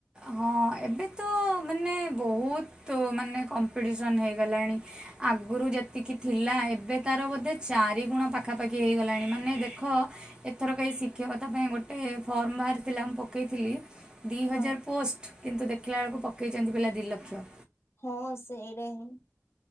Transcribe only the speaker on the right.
ହଁ ଏବେ ତ ମାନେ ବହୁତୁ ମାନେ କମ୍ପିଟିସନ୍ ହେଇଗଲାଣି। ଆଗରୁ ଯେତିକି ଥିଲା ଏବେ ତାର ବୋଧେ ଚାରିଗୁଣ ପାଖାପାଖି ହେଇଗଲାଣି ମାନେ ଦେଖ ଏଥରକ ଏହି ଶିକ୍ଷକତା ପାଇଁ ଗୋଟେ ଫର୍ମ ବାହାରିଥିଲା ମୁଁ ପକେଇଥିଲି। ଦି ହଜାର
ପୋଷ୍ଟ କିନ୍ତୁ ଦେଖିଲା ବେଳକୁ ପକେଇଛନ୍ତି ପିଲା ଦି ଲକ୍ଷ।